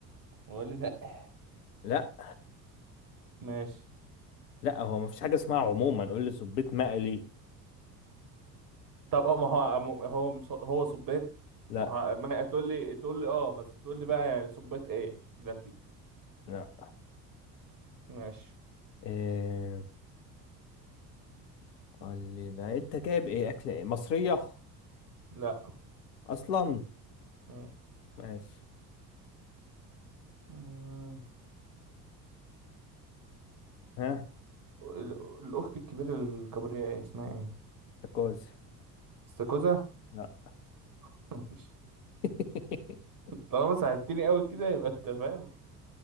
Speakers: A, on the right; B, on the left.
A: ولا لا
B: لا
A: ماشي
B: لا هو مفيش حاجة اسمها عموما قول لي صبيط مقلي
A: طب اه ما هو عمو- هو مص- هو صبيت
B: لا
A: ما هو ما تقول لي تقول لي اه بس تقول لي بقى صبيت ايه ده الفكرة
B: لا
A: ماشي
B: إيه قول لي لا انت جايب ايه اكل ايه مصرية
A: لا
B: اصلا
A: مم.
B: ماشي
A: مم.
B: ها
A: ال- الاخت الكبيرة الكبرياء ايه اسمها ايه
B: تاكوز
A: استاكوزا
B: لا
A: <laughs> ماشي
B: <laughs>
A: طالما ساعدتني قوي كده يبقى انت فاهم